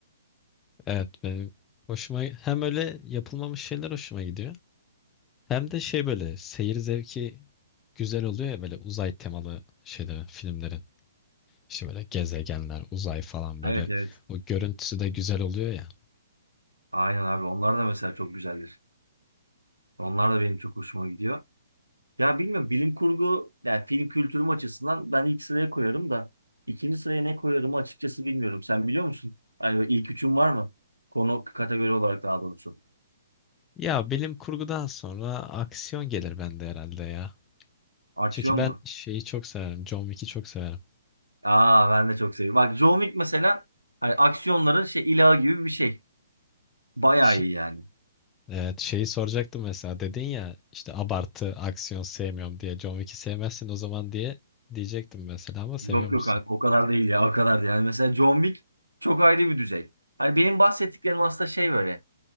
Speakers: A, on the left (about 15°); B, on the right (about 85°).
A: evet benim hoşuma hem öyle yapılmamış şeyler hoşuma gidiyor. Hem de şey böyle seyir zevki güzel oluyor ya böyle uzay temalı şeylerin, filmlerin. İşte böyle gezegenler, uzay falan böyle
B: Evet evet.
A: o görüntüsü de güzel oluyor ya.
B: Aynen abi onlar da mesela çok güzeldir. Onlar da benim çok hoşuma gidiyor. Ya bilmiyorum bilim kurgu yani film kültürüm açısından ben ilk sıraya koyarım da ikinci sıraya ne koyarımı açıkçası bilmiyorum. Sen biliyor musun? Hani böyle ilk üçün var mı? Konu kategori olarak daha doğrusu.
A: Ya bilim kurgudan sonra aksiyon gelir bende herhalde ya.
B: Aksiyon
A: Çünkü ben
B: mu?
A: şeyi çok severim. John Wick'i çok severim.
B: Aa ben de çok seviyorum. Bak John Wick mesela hani aksiyonların şey ilahı gibi bir şey. Bayağı
A: Şi-
B: iyi yani.
A: evet şeyi soracaktım mesela dedin ya işte abartı aksiyon sevmiyorum diye John Wick'i sevmezsin o zaman diye diyecektim mesela ama seviyormuşsun.
B: Yok yok abi, o kadar değil ya o kadar değil. Yani mesela John Wick çok ayrı bir düzey. Hani benim bahsettiklerim aslında şey böyle.